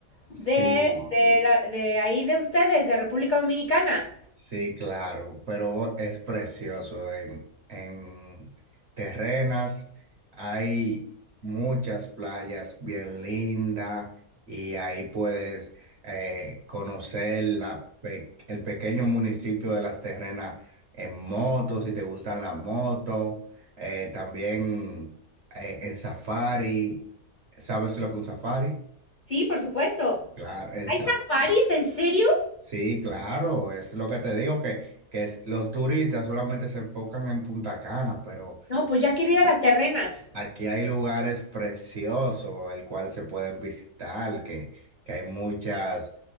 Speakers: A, on the left; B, on the right.
A: de,
B: Sí.
A: de, la- de ahí de ustedes, de República Dominicana.
B: Sí, claro, pero es precioso. En, en Terrenas hay muchas playas bien lindas y ahí puedes eh, conocer la pe- el pequeño municipio de Las Terrenas en moto, si te gustan las motos, eh, también eh, en safari. ¿Sabes lo que es un safari?
A: Sí, por supuesto.
B: Claro, en
A: ¿Hay
B: Ujú.
A: safaris? ¿En serio?
B: Sí, claro, es lo que te digo, que, que es- los turistas solamente se enfocan en Punta Cana, pero
A: No, pues ya quiero ir a las terrenas.
B: aquí hay lugares preciosos, el cual se pueden visitar, que, que hay muchas